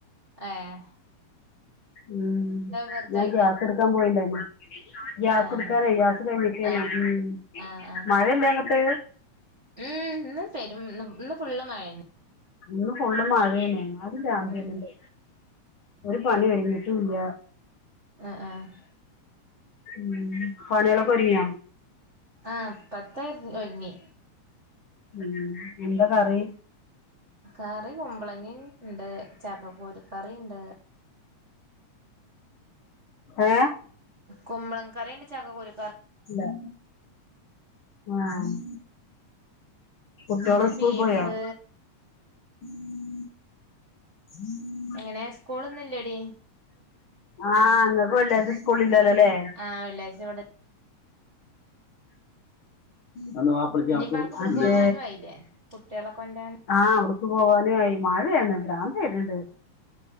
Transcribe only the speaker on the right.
ആഹ്
വെറുതൊഴിക്കാ
ആഹ്
ആഹ്
ആഹ് ആഹ്
ഉം ഇന്ന് പെരും ന്ന് ഇന്ന് ഫുള്ള് മഴയന്നെ
ഉം
ആഹ് ആഹ്
ആ പത്തര ഒരുങ്ങി
കറി കുമ്പളങ്ങി ഉണ്ട് ചാക്കകുരു കറി ഉണ്ട്.
കുമ്പളം കറിയുണ്ട് ചക്കകുരു
പിന്നെ
ബീഫ്
എങ്ങനെ സ്കൂളിന്ന് ഇല്ലെടി
ആ വെള്ളിഴ്ച ഇവിടെ
ഇനിയിപ്പ അനക്ക് ഇവിടക്ക്
പോകാനും ആയില്ലേ കുട്ടികളെ കൊണ്ടരാൻ